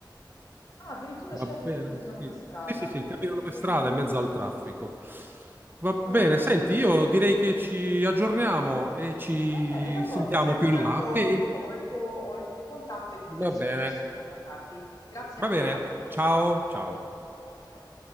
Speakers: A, on the left; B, on the right.
A: Ah, addirittura
B: Va
A: cervi
B: bene,
A: che camminano
B: sì.
A: per strada.
B: Sì, sì, sì, camminano
A: Ehm,
B: per strada in mezzo al traffico. Va
A: eh,
B: bene, senti, io direi che ci aggiorniamo e ci
A: va bene, d'accordo.
B: sentiamo
A: Senti,
B: più
A: tanto
B: in là, ok?
A: ho il tuo, ho il tuo contatto e quindi
B: Va
A: insomma
B: bene,
A: posso ricontattarti. Grazie
B: va
A: ancora.
B: bene. Ciao, ciao.
A: Ciao ciao.